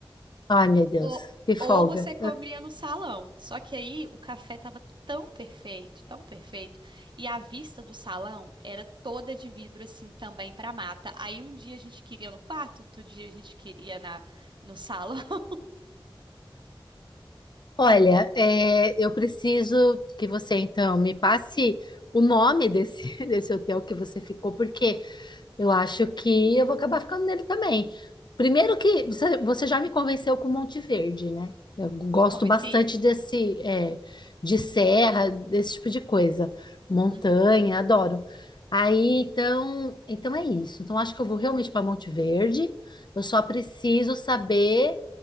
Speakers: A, on the left; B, on the right.
A: Ai, meu Deus,
B: Ou,
A: que folga.
B: ou você comia no salão. Só que aí o café tava tão perfeito, tão perfeito, e a vista do salão era toda de vidro assim também para mata. Aí um dia a gente queria no quarto, outro dia a gente queria na no salão. <laughs>
A: Olha, é, eu preciso que você então me passe o nome desse, <laughs> desse hotel que você ficou, porque eu acho que eu vou acabar ficando nele também. Primeiro que você, você já me convenceu com Monte Verde, né? Eu gosto
B: Vamos ver
A: bastante
B: se.
A: desse, é, de serra, desse tipo de coisa. Montanha,
B: uhum.
A: adoro. Aí, então, então é isso. Então, acho que eu vou realmente para Monte Verde. Eu só preciso saber,